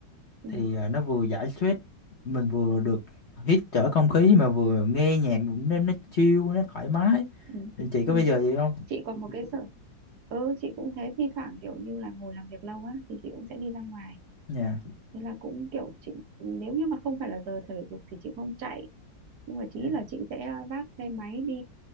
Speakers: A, on the right; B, on the left.
A: ừ
B: thì à, nó vừa giải stress mình vừa được hít thở không khí mà vừa nghe nhạc cũng nó nó chill nó thoải mái
A: ừ
B: thì chị
A: ừ
B: có bây giờ gì không
A: chị còn một cái sở ừ chị cũng thế thi thoảng kiểu như là ngồi làm việc lâu á thì chị cũng sẽ đi ra ngoài
B: dạ
A: thế là cũng kiểu chị nếu như mà không phải là giờ thể dục thì chị không chạy nhưng mà chỉ
B: dạ
A: là chị sẽ vác xe máy đi